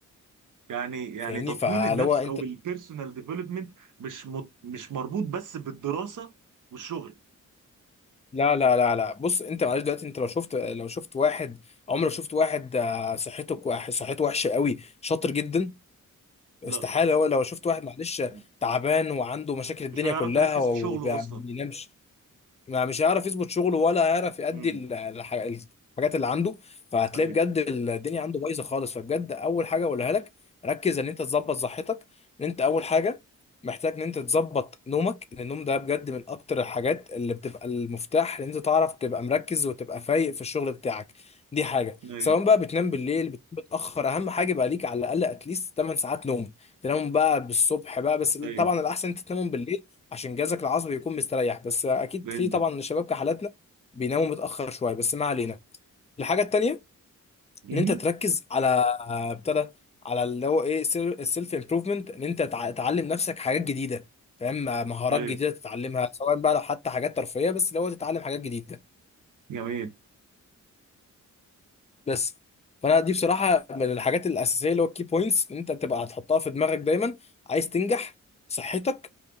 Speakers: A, on the right; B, on the left.
A: يعني يعني
B: فاهمني
A: تطوير
B: فاللي
A: النفس
B: هو انت
A: او البيرسونال ديفلوبمنت مش مت- مش مربوط بس بالدراسة والشغل
B: لا لا لا لا بص انت معلش دلوقتي انت لو شفت لو شفت واحد عمرك شفت واحد آه، صحته كوا- صحته وحشه قوي شاطر جدا
A: لا
B: استحالة هو لو شفت واحد معلش
A: مم.
B: تعبان وعنده مشاكل الدنيا
A: مش هيعرف
B: كلها
A: يركز
B: وما
A: في شغله اصلا
B: بينامش ما مش هيعرف يظبط شغله ولا هيعرف يأدي
A: امم
B: ال- الح- الحاجات اللي عنده فهتلاقي
A: ايوه
B: بجد الدنيا عنده بايظه خالص فبجد اول حاجه اقولها لك ركز ان انت تظبط صحتك ان انت اول حاجه محتاج ان انت تظبط نومك لان النوم ده بجد من اكتر الحاجات اللي بتبقى المفتاح ان انت تعرف تبقى مركز وتبقى فايق في الشغل بتاعك دي حاجه
A: ايوه
B: سواء بقى بتنام بالليل بتنام متاخر اهم حاجه بقى ليك على الاقل اتليست 8 ساعات نوم تنام بقى بالصبح بقى بس طبعا
A: ايوه
B: الاحسن انت تنامهم بالليل عشان جهازك العصبي يكون مستريح بس اكيد
A: فهمتك
B: في طبعا شباب كحالاتنا بيناموا متاخر شويه بس ما علينا الحاجه التانيه
A: امم
B: ان انت تركز على ابتدى على اللي هو ايه السيلف امبروفمنت ان انت تع- تعلم نفسك حاجات جديده فاهم مهارات
A: ايوه
B: جديده تتعلمها سواء بقى لو حتى حاجات ترفيهيه بس اللي هو تتعلم حاجات جديده
A: جميل
B: بس فانا دي بصراحه من الحاجات الاساسيه اللي هو الكي بوينتس ان انت تبقى هتحطها في دماغك دايما عايز تنجح صحتك